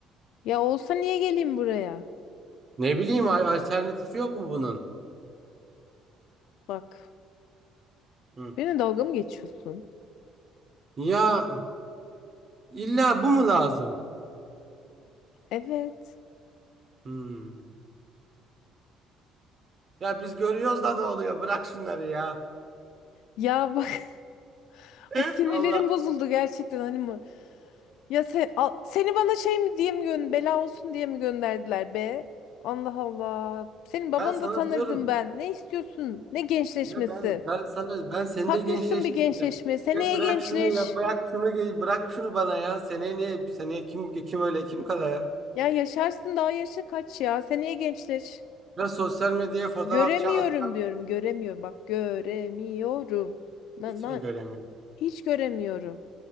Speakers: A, on the left; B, on the right.
A: Ya olsa niye geleyim buraya?
B: Ne bileyim al- alternatifi yok mu bunun?
A: Bak.
B: Hı.
A: Benimle dalga mı geçiyorsun?
B: Ya illa bu mu lazım?
A: Evet.
B: Hmm. Ya biz görüyoruz da ne oluyor? Bırak şunları ya.
A: Ya bak <laughs>
B: <laughs>
A: ay sinirlerim
B: Allah.
A: bozuldu gerçekten hani mı? Ya sen, al- seni bana şey mi diye mi gön bela olsun diye mi gönderdiler be? Allah Allah. Senin babanı
B: Ben sana
A: da tanırdım
B: diyorum.
A: ben. Ne istiyorsun? Ne gençleşmesi?
B: Ya ben ben sana ben seni
A: Takmışsın
B: de gençleştireceğim.
A: bir gençleşme. Seneye
B: Ya bırak
A: gençleş.
B: şunu ya bırak şunu ge- bırak şunu bana ya. Seneye niye seneye kim kim öyle kim kala ya?
A: Ya yaşarsın daha yaşın kaç ya? Seneye gençleş.
B: Ya sosyal medyaya fotoğraf
A: Göremiyorum
B: ça- atacağım
A: diyorum. Göremiyor bak göremiyorum. Lan
B: hiç
A: lan
B: mi göremiyorum?
A: hiç göremiyorum.